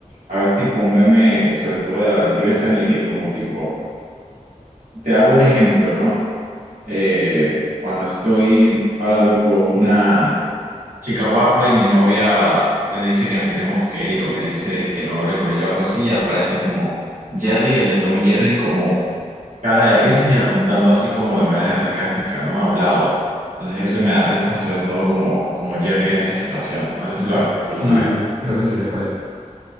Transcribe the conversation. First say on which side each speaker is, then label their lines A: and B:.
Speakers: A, on the right; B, on the right.
A: a ver, tipo un meme, sobre todo de habla inglesa, en el que como tipo, te hago un ejemplo, ¿no? Eh, cuando estoy hablando con una chica guapa y mi novia me dice que nos tenemos que ir o me dice que no hable con ella o algo así, y aparece como Jerry, el de Tom y Jerry, como cara de risa y apuntando así como de manera sarcástica, ¿no? A un lado. Entonces eso me da risa, sobre todo como, como Jerry en esa situación. No sé si
B: Ok.
A: lo has visto
B: Sí,
A: alguna vez.
B: sí, creo que sí sé cuál es.